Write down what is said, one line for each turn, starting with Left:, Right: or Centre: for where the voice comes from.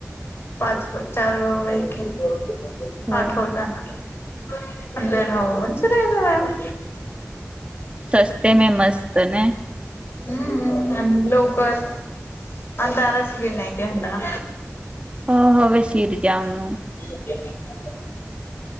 Left: पाच चार भा वक
Right: हो
Left: आठ भाऊ जाणार अडे ना ह म्हंचनयल मॅम
Right: सस्ते मे मस्तने
Left: हम्म लवकर आणि त्रास बि नाही केयना
Right: हो होवे शिर जावनो
Left: <unintelligible>